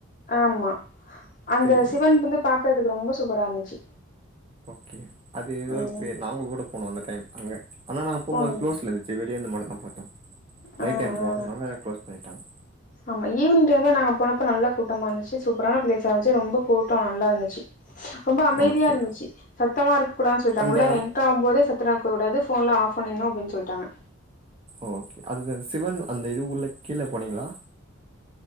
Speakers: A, on the left; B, on the right.
A: ஆமா அந்த
B: தெரியு
A: சிவன் வந்து பாக்குறதுக்கு ரொம்ப சூப்பரா இருந்துச்சு
B: ஓகே அது ஏதோ
A: ம்
B: பேரு நாங்க கூட போனோ அந்த டைம் அங்க ஆனா நாங்க போகுபோது
A: போனீங்களா
B: க்ளோஸ்லது செ வெளியே அந்த மடல்லா பாத்தோ
A: ஆ
B: நைட் டைம் போனறதுனால
A: ஆ
B: க்ளோஸ் பண்ணிட்டாங்க
A: ஆமா ஈவினிங் டைம்ல நாங்க போனப்ப நல்லா கூட்டமா இருந்துச்சு சூப்பரான பிளேஸ் இருந்துச்சு ரொம்ப கூட்டம் நல்லா இருந்துச்சு ரொம்ப அமைதியா
B: ஓகே
A: இருந்துச்சு சத்தமா இருக்க கூடான்னு சொல்லிட்டாங்க
B: அந்த
A: உள்ளற என் <unintelligible> போதே சத்தமா இருக்க கூடாது போன்ல ஆப் பண்ணுங்க அப்டின்னு சொல்லிட்டாங்க
B: ஓகே அது சிவன் அந்த இதுக்குள்ள கீழ போனீங்களா